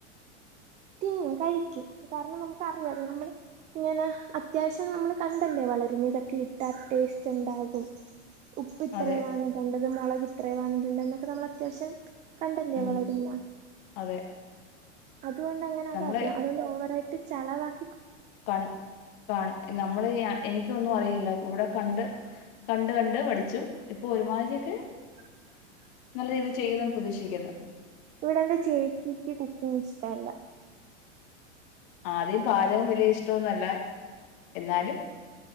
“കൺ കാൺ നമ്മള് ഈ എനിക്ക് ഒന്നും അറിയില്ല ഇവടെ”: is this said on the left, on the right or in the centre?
Left